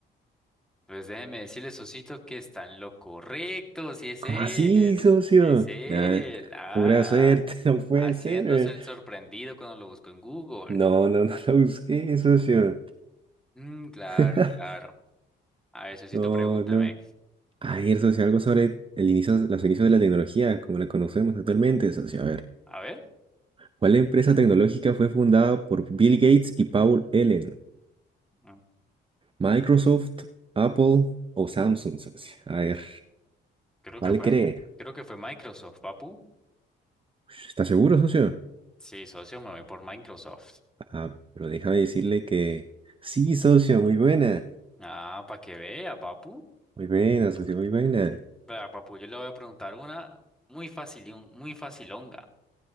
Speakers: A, in the centre; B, on the right.
A: Pues déjeme decirle, Sosito, que está en lo correcto, si es
B: ¿Cómo
A: él,
B: así, socio?
A: si es él,
B: Nah,
A: ah,
B: pura suerte, <laughs> no puede
A: haciéndose
B: ser, eh.
A: el sorprendido cuando lo busco en Google.
B: No, no, no la busqué, socio.
A: Mm, claro,
B: <laughs>
A: claro. A ver, Sosito,
B: No,
A: pregúntame.
B: no. A ver, socio, algo sobre el inicio, los inicios de la tecnología, como la conocemos actualmente, socio. A ver.
A: A ver,
B: ¿Cuál empresa tecnológica fue fundada por Bill Gates y Paul Allen?
A: mm,
B: Microsoft, Apple o Samsung, socio. A ver,
A: creo
B: ¿cuál
A: que fue,
B: cree?
A: creo que fue Microsoft, papu.
B: ¿Está seguro, socio?
A: Sí, socio, me voy por Microsoft.
B: Ah, pero déjame decirle que sí, socio, muy buena.
A: Ah, para que vea, papu.
B: Muy buena, socio, muy buena.
A: Vea, papu, yo le voy a preguntar una muy fácil, y un- muy facilonga.